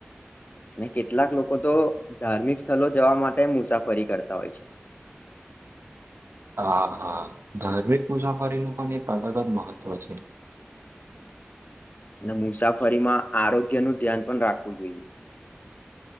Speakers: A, on the left; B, on the right.
A: અને કેટલાક લોકો તો ધાર્મિક સ્થળ જવા માટે મુસાફરી કરતા હોય છે.
B: હા હા. ધાર્મિક મુસાફરીનું પણ એક અલગ જ મહત્ત્વ છે.
A: અને મુસાફરીમાં આરોગ્ય નું ધ્યાન પણ રાખવું જોઈએ.